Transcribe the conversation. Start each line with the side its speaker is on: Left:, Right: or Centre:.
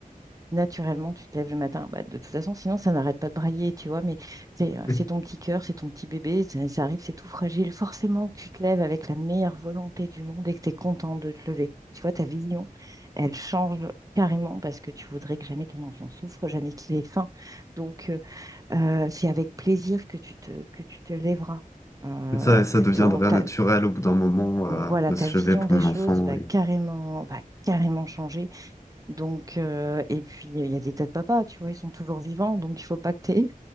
Right: Naturellement, tu te lèves le matin. Bah, de toute façon, sinon, ça n'arrête pas de brailler, tu vois. Mais c'est euh,
Left: Oui.
Right: c'est ton petit cœur, c'est ton petit bébé, ça, ça arrive, c'est tout fragile. Forcément que tu te lèves avec la meilleure volonté du monde et que tu es content de te lever. Tu vois, ta vision, elle change carrément parce que tu voudrais que jamais ton enfant souffre, jamais qu'il ait faim. Donc, euh, euh, c'est avec plaisir que tu te, que tu te lèveras. Euh,
Left: Et ça, ça deviendrait
Right: ton- ta-
Left: naturel au bout d'un moment,
Right: voilà,
Left: euh, de
Right: ta
Left: se
Right: vision
Left: lever pour
Right: des
Left: mon
Right: choses
Left: enfant
Right: va
Left: et
Right: carrément, va carrément changer. Donc, euh, et puis, il y a des tas de papas, tu vois, ils sont toujours vivants, donc il faut pas que t'aies,